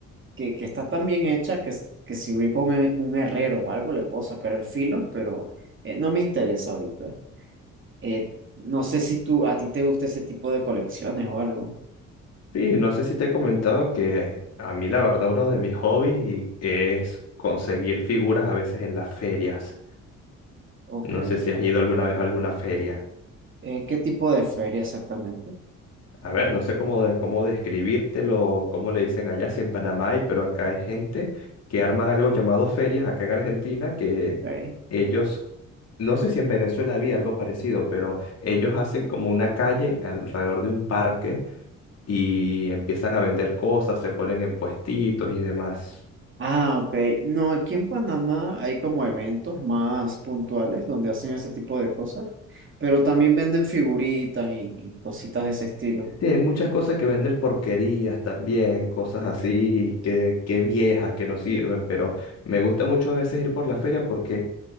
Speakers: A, on the right; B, on the left.
A: que, que está tan bien hecha que, s- que si voy con un un herrero o algo le puedo sacar el filo, pero eh, no me interesa ahorita. Eh, no sé si tú, a ti te gusta ese tipo de colecciones o algo.
B: Sí, no sé si te he comentado que a mí la verdad uno de mis hobbies es conseguir figuras a veces en las ferias.
A: Ok.
B: No sé si has ido alguna vez a alguna feria.
A: Eh, ¿qué tipo de feria exactamente?
B: A ver, no sé cómo, de- cómo describírtelo, cómo le dicen allá, si en Panamá hay, pero acá hay gente que arman algo llamado ferias, acá en Argentina, que
A: Ok.
B: ellos, no sé si en Venezuela había algo parecido, pero ellos hacen como una calle alrededor de un parque y empiezan a vender cosas, se ponen en puestitos y demás.
A: Ah, ok. No, aquí en Panamá hay como eventos más puntuales donde hacen ese tipo de cosas, pero también venden figuritas y, y cositas de ese estilo.
B: Sí, hay muchas cosas que venden porquerías también, cosas así que, que viejas que no sirven, pero me gusta mucho a veces ir por la feria porque